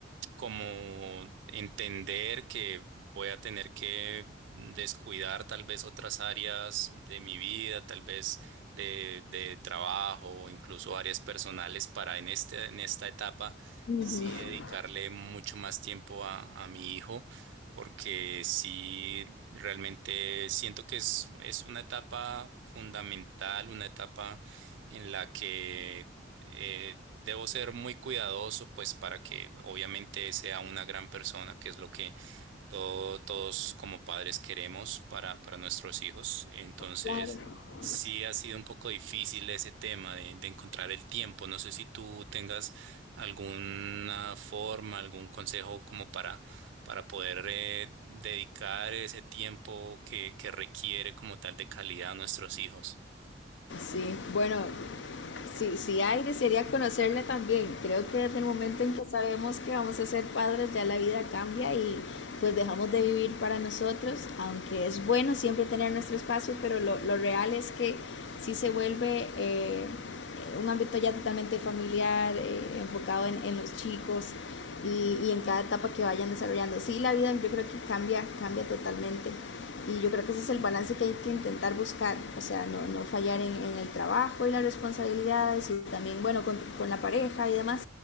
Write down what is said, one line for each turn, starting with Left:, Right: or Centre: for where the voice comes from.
Right: como entender que voy a tener que descuidar tal vez otras áreas de mi vida, tal vez de, de trabajo o incluso áreas personales para en este, en esta etapa
Left: Uh -huh.
Right: sí dedicarle mucho más tiempo a, a mi hijo. Porque sí, realmente siento que es, es una etapa fundamental, una etapa en la que eh, debo ser muy cuidadoso, pues para que obviamente sea una gran persona, que es lo que todo- todos como padres queremos para, para nuestros hijos. Entonces,
Left: Claro.
Right: sí ha sido un poco difícil ese tema de, de encontrar el tiempo. No sé si tú tengas alguna forma, algún consejo como para, para poder eh, dedicar ese tiempo que, que requiere como tal de calidad a nuestros hijos.
Left: Sí, bueno, si si hay, desearía conocerle también. Creo que desde el momento en que sabemos que vamos a ser padres, ya la vida cambia y pues dejamos de vivir para nosotros, aunque es bueno siempre tener nuestro espacio, pero lo, lo real es que sí se vuelve eh, un ámbito ya totalmente familiar, eh, enfocado en, en, los chicos y, y, en cada etapa que vayan desarrollando. Sí, la vida yo creo que cambia, cambia totalmente. Y yo creo que ese es el balance que hay que intentar buscar, o sea, no, no fallar en, en, el trabajo y las responsabilidades y también, bueno, con, con la pareja y demás,